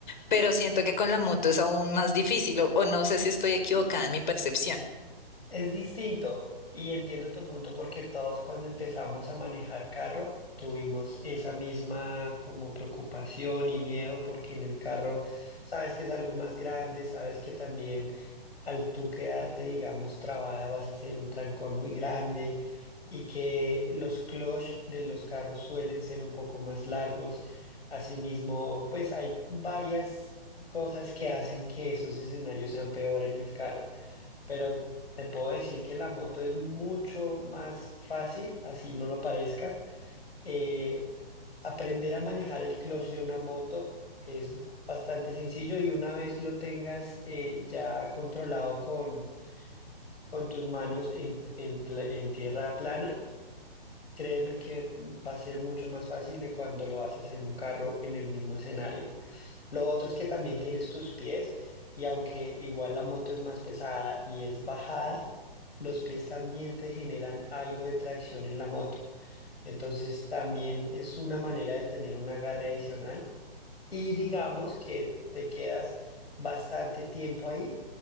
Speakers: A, on the left; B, on the left.
A: pero siento que con la moto es aún más difícil o, o no sé si estoy equivocada en mi percepción.
B: Es distinto y entiendo tu punto porque todos cuando empezamos a manejar carro tuvimos esa misma como preocupación y miedo porque en el carro sabes que es algo más grande, sabes que también al tú quedarte, digamos, trabada vas a hacer un trancón muy grande y que los clutch de los carros suelen ser un poco más largos. Asimismo, pues hay varias cosas que hacen que esos escenarios sean peor en el carro pero te puedo decir que la moto es mucho más fácil, así no lo parezca. Eh, aprender a manejar el clutch de una moto es bastante sencillo y una vez lo tengas eh, ya controlado con, con tus manos en, en pla- en tierra plana, créeme que va a ser mucho más fácil de cuando lo haces en un carro en el mismo escenario. Lo otro es que también tienes tus pies y aunque igual la moto es más pesada y es bajada, los pies también te generan algo de tracción en la moto. Entonces también es una manera de tener un agarre adicional y digamos que te quedas bastante tiempo ahí